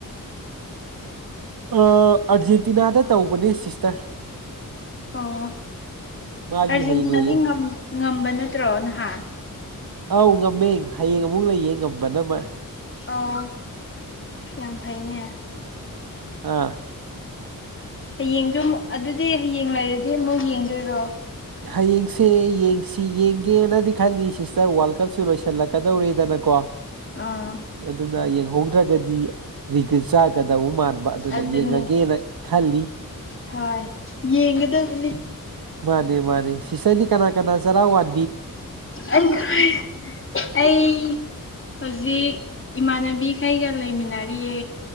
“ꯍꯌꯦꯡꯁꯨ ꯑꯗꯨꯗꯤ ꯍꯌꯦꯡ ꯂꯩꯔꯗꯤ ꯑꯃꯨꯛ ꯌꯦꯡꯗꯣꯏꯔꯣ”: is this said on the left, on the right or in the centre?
Left